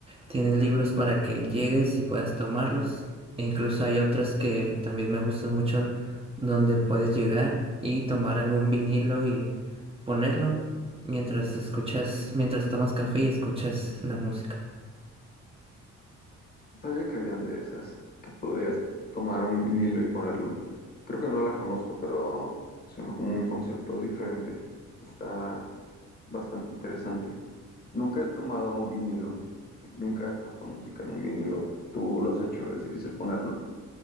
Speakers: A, on the right; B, on the left.
A: tienen libros para que llegues y puedas tomarlos. E incluso hay otras que también me gustan mucho donde puedes llegar y tomar algún vinilo y ponerlo mientras escuchas, mientras tomas café y escuchas la música.
B: sabía que habían de esas, que podías tomar un vinilo y ponerlo. Creo que no la conozco, pero suena como un concepto diferente. Está bastante interesante. Nunca he tomado un vinilo, nunca he puesto música en un vinilo. ¿Tú lo has hecho? ¿Es difícil ponerlo?